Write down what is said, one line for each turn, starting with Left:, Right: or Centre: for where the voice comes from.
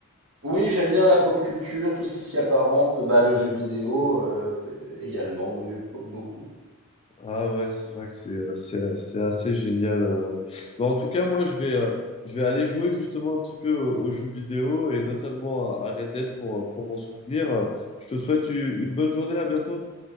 Right: Oui, j'aime bien la pop culture, tout ce qui s'y apparente, bah, le jeu vidéo euh, également, oui, oui, beaucoup.
Left: Ah ouais, c'est vrai que c'est euh, c'est c'est assez génial. euh. Mais en tout cas, moi, je vais euh, je vais aller jouer justement un petit peu aux, aux jeux vidéo et notamment à à Red Dead pour euh, pour m'en souvenir. Euh, Je te souhaite une une bonne journée, à bientôt.